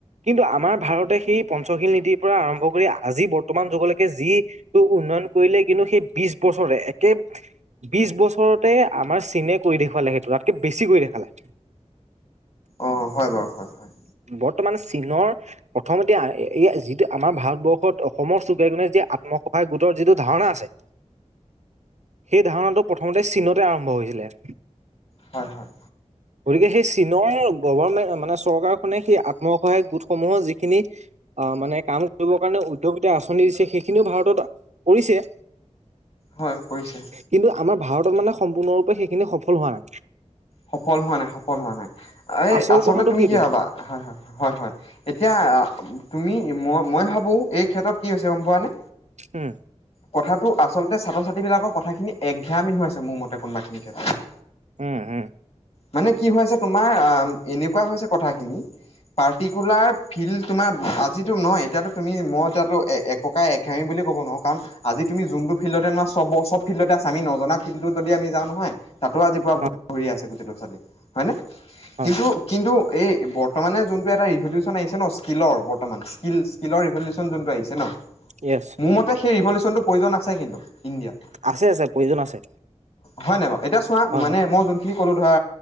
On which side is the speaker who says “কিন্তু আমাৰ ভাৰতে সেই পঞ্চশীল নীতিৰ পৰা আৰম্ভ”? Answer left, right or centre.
Right